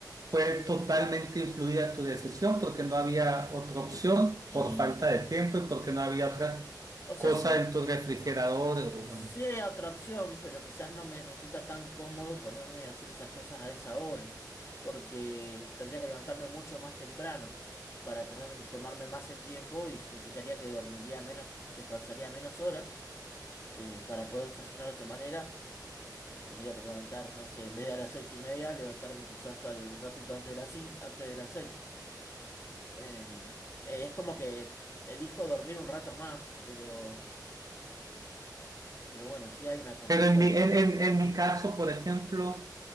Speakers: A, on the right; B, on the left.
A: fue
B: Y,
A: totalmente influida tu decisión porque no había otra opción
B: y,
A: por falta de tiempo y porque no había otra
B: o sea,
A: cosa
B: sí,
A: en tu refrigerador? o
B: sí
A: bueno.
B: hay otra opción, pero quizás no me resulta tan cómodo ponerme a hacer esas cosas a esa hora, porque tendría que levantarme mucho más temprano para tener, tomarme más el tiempo y significaría que dormiría menos, descansaría menos horas eh, para poder desayunar de esa manera. Me tendría que levantar, no sé, en vez de a las seis y media, levantarme quizás al- un ratito antes de las cin- antes de las seis. Eh, eh, es como que elijo dormir un rato más, pero, pero bueno, sí hay una condición.
A: Pero en mi, en, en, en mi caso, por ejemplo,